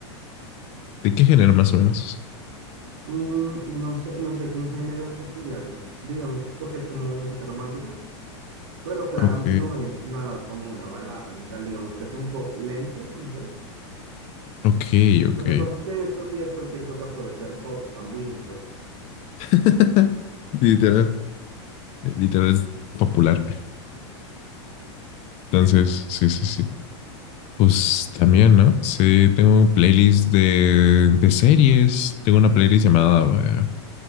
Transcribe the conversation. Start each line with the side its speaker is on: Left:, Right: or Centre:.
Left: ¿De qué género más o menos?
Right: Mm, no sé, no sé qué género encasillarles, digamos, porque es como música romántica, pero claramente
Left: Ok,
Right: no es nada como una balada ni tal, digamos que es un pop lento, no sé.
Left: ok, ok.
Right: Lo que pasa es que en estos días cualquier cosa puede ser pop también, entonces.
Left: <laughs> Literal, literal es popular. Entonces, sí, sí, sí. Pues también, ¿no? Sí, tengo un playlist de, de series. Tengo una playlist llamada eh,